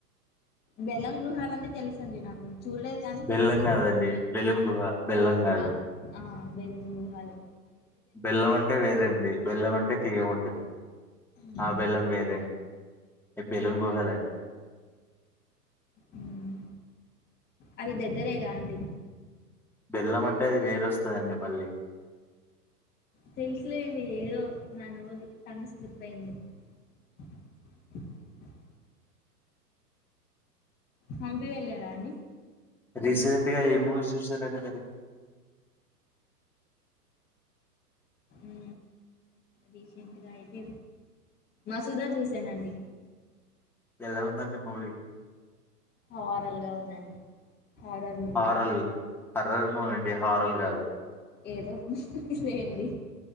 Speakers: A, on the left; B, in the centre.
A: బెల్లం గుహాలంటే తెలుసండి నాకు చూడలేదు గానీ
B: బెల్లం
A: తెలుసు
B: కాదండి బెలూమ్ గుహ బెల్లం కాదు
A: అ ఆ బెలుం గుహాలు
B: బెల్లం అంటే వేరే అండి బెల్లం అంటే తియ్యగుంటది
A: హ్మ్.
B: ఆ బెల్లం వేరే ఎ బెలున్ గుహాలండి
A: హ్మ్. అవి దగ్గరేగా అండి
B: బెల్లమంటే అది వేరొస్తదండి మళ్ళి
A: తెలుసులేండి ఏదో నా నోరు టంగ్ స్లిప్ అయింది <unintelligible> హంపి వెళ్ళారా అండి
B: రీసెంట్ గా ఏం మూవీస్ జూశారండి మీరు
A: ఊ రీసెంటుగా అయితే వసుదా జూసానండి
B: ఎలా ఉందండి మూవి
A: హారర్గా ఉందండి horror movie
B: horror horror movie అండి హారల్ గాదు
A: ఏదో లేండి